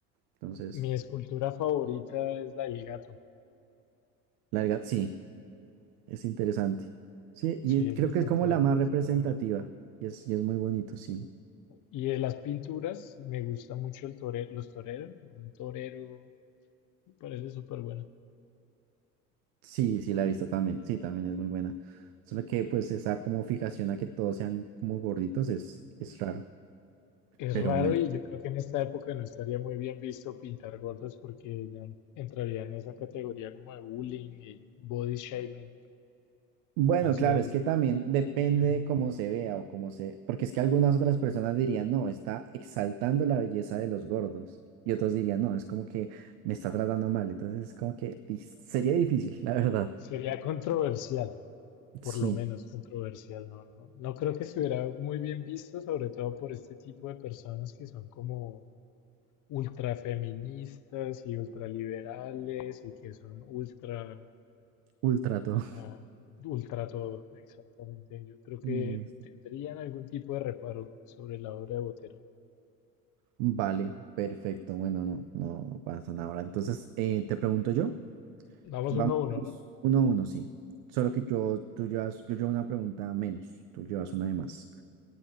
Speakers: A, on the right; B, on the left.
A: Entonces,
B: Mi escultura favorita es la del gato.
A: la verdad, sí, es interesante. Sí, y
B: Sí, es
A: creo
B: bastante,
A: que es como la más
B: bastante
A: representativa
B: bonita.
A: y es, y es muy bonito, sí.
B: Y de las pinturas, me gusta mucho el torero, los toreros, un torero parece súper bueno.
A: Sí, sí, la he visto también, sí, también es muy buena. Solo que pues esa como fijación a que todos sean como gorditos es, es raro,
B: Es
A: pero
B: raro
A: bueno.
B: y yo creo que en esta época no estaría muy bien visto pintar gordos porque ya entraría en esa categoría como de bullying y body shaming.
A: Bueno,
B: Entonces,
A: claro, es que también depende
B: <laughs> ajá,
A: de cómo se vea o cómo se... Porque es que algunas otras personas dirían, no, está exaltando la belleza de los gordos. Y otros dirían, no, es como que me está tratando mal. Entonces es como que dis- sería difícil, la verdad.
B: sería controversial, por
A: Sí,
B: lo menos controversial, no, no, no creo que estuviera muy bien visto, sobre todo por este tipo de personas que son como ultrafeministas y ultraliberales y que son ultra
A: ultra todo.
B: Ah, ultra todo, exactamente. Yo creo que
A: <laughs> Listo.
B: tendrían algún tipo de reparo sobre la obra de Botero.
A: Vale, perfecto. Bueno, no, no, no pasa nada ahora. Entonces, eh, te pregunto yo.
B: Vamos
A: Vamos
B: uno a uno, ¿no?
A: uno a uno, sí. Solo que yo, tú llevas, yo llevo una pregunta menos, tú llevas una de más.